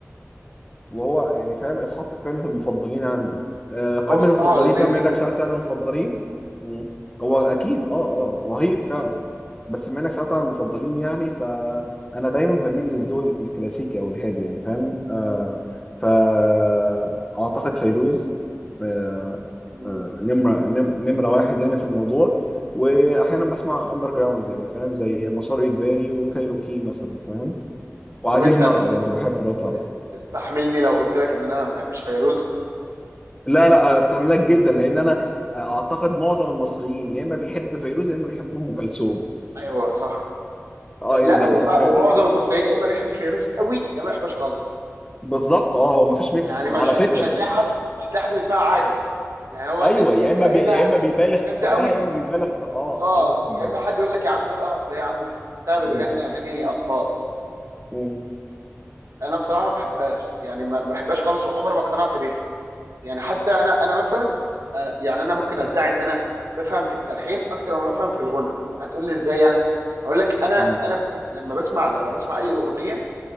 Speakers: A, on the left; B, on the right.
A: وهو يعني فاهم اتحط في قائمة المفضلين عندي آه، قائمة
B: هو بصراحه
A: المفضلين
B: لذيذ
A: بقى بما
B: جدا
A: انك سألت
B: اه
A: عن المفضلين مم. هو اكيد اه اه رهيب فعلا بس بما انك سألت عن المفضلين يعني فانا دايما بميل للذوق ال- الكلاسيكي او الهادي يعني فاهم آه فاعتقد فيروز آه
B: مم.
A: آه نمرة نم- نمرة واحد يعني في الموضوع واحيانا بسمع اندر جراوندز يعني فاهم زي مسار اجباري وكايروكي مثلا فاهم وعزيز
B: طب انت
A: مرقة
B: تس-
A: برضو بحبه لو تعرف
B: تس- تستحملني لو قلت لك ان انا ما بحبش فيروز
A: لا لا استحملك جدا لان انا اعتقد معظم المصريين يا اما بيحب فيروز يا اما بيحب ام كلثوم
B: ايوه صح
A: اه يعني
B: لا وفع...
A: ما
B: ومعظم المصريين يا اما بيحب فيروز قوي يا ما بيحبش خالص
A: بالظبط اه هو ما فيش ميكس
B: يعني مش
A: على فكره
B: مش هتلاقي حد مش هتلاقي حد بيسمعها عادي يعني هو
A: ايوه
B: الناس يا
A: يا
B: اما
A: اما
B: ايه
A: بي... يا
B: ده
A: اما بيبالغ
B: دي
A: في
B: جامده
A: حبها
B: قوي
A: يا اما بيبالغ في اه
B: اه
A: في عدم حبها
B: يا اما حد يقول لك يا عم ايه القرف ده يا عم دي بتحسها
A: م-
B: بتغني اغاني اطفال
A: م-
B: انا بصراحه ما بحبهاش يعني ما ما بحبهاش خالص وعمري ما اقتنعت بيها يعني حتى انا انا مثلا أنا يعني انا ممكن ادعي ان انا بفهم في التلحين اكتر ما بفهم في الغنى هتقول لي ازاي يعني اقول لك انا
A: م-
B: انا لما بسمع لما بسمع اي اغنيه